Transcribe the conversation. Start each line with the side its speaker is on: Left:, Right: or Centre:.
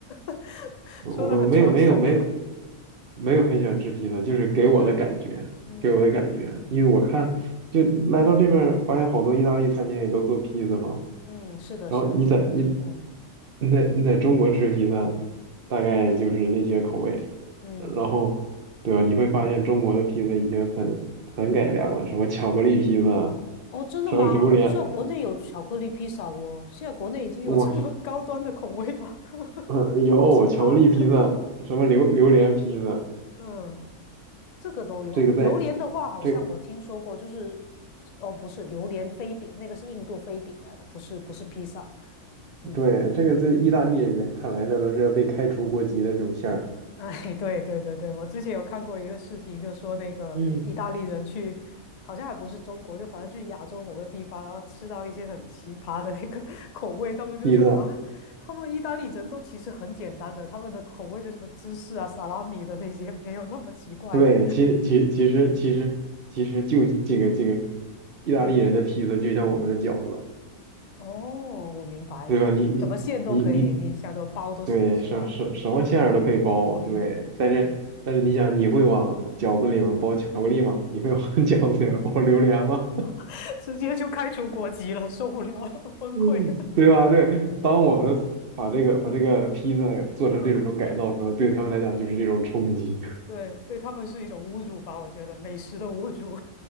Left: <laughs>
Right: 我我没有没有没有
Left: 说的很传神，
Right: 没有很喜欢吃披萨，就是给我的感觉，
Left: <laughs> 对，嗯嗯嗯嗯。
Right: 给我的感觉，因为我看就来到这边儿发现好多意大利餐厅也都做披萨嘛，
Left: 嗯，是的，
Right: 然后你在你
Left: 是的，真的，嗯
Right: 你在你在中国吃披萨，大概就是那些口味，
Left: 嗯
Right: 然后对吧？你会发现中国的披萨已经很很改良了，
Left: 嗯，
Right: 什么巧克力披萨，
Left: 哦，真的吗？
Right: 什么榴莲，
Left: 我不知道国内有巧克力披萨哦，现在国内已经有这么
Right: 我
Left: <laughs> 高端的口味吗？<laughs>
Right: 呃有巧克力披萨，
Left: 好奇葩，<laughs>
Right: 什么榴榴莲披萨，
Left: 嗯，这个都有。
Right: 这个在。
Left: 榴莲的话，好像我听说过，
Right: 这。
Left: 就是，哦，不是榴莲飞饼，那个是印度飞饼来的，不是不是披萨，嗯。
Right: 对，这个在意大利人看来，那都是要被开除国籍的这种馅儿。
Left: <laughs> 哎，对对对对，我之前有看过一个视频，就说那个意大利人去，
Right: 嗯，
Left: 好像还不是中国，就反正去亚洲某个地方，然后吃到一些很奇葩的那个 <laughs> 口味，他们就说啊，
Right: 披萨，
Left: 他们意大利人都其实很简单的，他们的口味就什么芝士啊、萨拉米的那些 <laughs>，没有那么奇怪的。
Right: 对，其实其其实其实其实就这个这个意大利人的披萨就像我们的饺子，
Left: 嗯，哦，我明白，
Right: 对吧？你你你你，
Left: 什么馅都可以，你想怎么包都行，
Right: 对，
Left: 是吧？
Right: 什什什么馅儿都可以包，
Left: 嗯嗯，
Right: 对。但是但是你想，你会往饺子里面包巧克力吗？你会往 <laughs> 饺子里面包榴莲吗？
Left: <laughs> 直接就开除国籍了，受不了了，崩溃
Right: 嗯，<laughs> 对吧？对，当我们把这个把这个披萨做成这种改造的时候，
Left: <laughs> 嗯。
Right: 对他们来讲就是这种冲击。
Left: 对，对他们是一种侮辱吧，我觉得美食的侮辱。